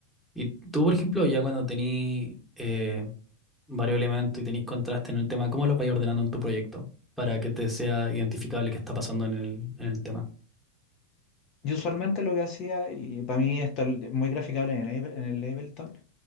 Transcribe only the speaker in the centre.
Y tú, por ejemplo, ya cuando tenís eh, varios elementos y tenís contraste en el tema, ¿cómo los vais ordenando en tu proyecto para que te sea identificable qué está pasando en el, en el tema?